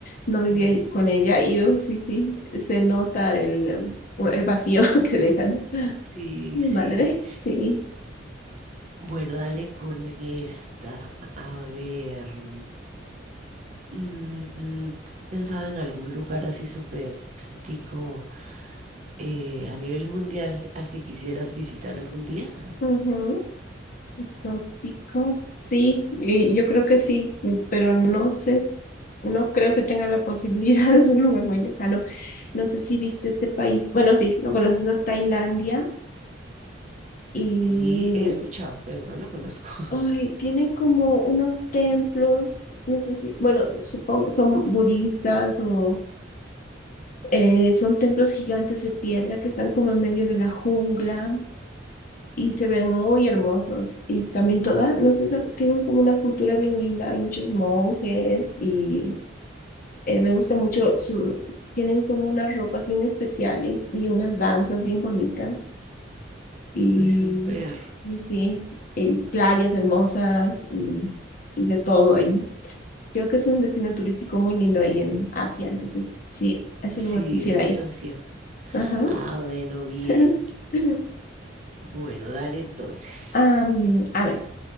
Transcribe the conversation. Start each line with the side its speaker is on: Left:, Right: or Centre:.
Left: no vivía
Right: Mm,
Left: ahí con ella y yo, sí, sí, se nota el, em, o el vacío <laughs> que dejan.
Right: sí,
Left: Mi
Right: sí.
Left: madre, sí.
Right: Bueno, dale con esta. A ver, mm, mm, mm, pensaba en algún lugar así súper exótico eh, a nivel mundial al que quisieras visitar algún día.
Left: Ujú. Exóticos, sí. Y yo creo que sí, pero no sé, no creo que tengan la posibilidad. <laughs> Es un lugar muy lejano. No sé si viste este país. Bueno, sí, lo conoces, ¿no? Tailandia. Y
Right: Y he escuchado, pero no lo conozco. <laughs>
Left: Ay, tienen como unos templos, no sé si, bueno, supongo, son budistas o eh, son templos gigantes de piedra que están como en medio de la jungla y se ven muy hermosos. Y también toda no sé, sa- tienen como una cultura bien linda. Hay muchos monjes y eh, me gusta mucho su, tienen como unas ropas bien especiales y unas danzas bien bonitas. Y,
Right: Ay, súper.
Left: sí sí, y playas hermosas y, y de todo ahí. Creo que es un destino turístico muy lindo ahí en Asia, entonces sí, a ese
Right: Sí,
Left: lugar quisiera
Right: esa es
Left: ir.
Right: Asia.
Left: Ajá.
Right: Ah, bueno, bien.
Left: <laughs>
Right: Bueno, dale entonces.
Left: Am, a ver,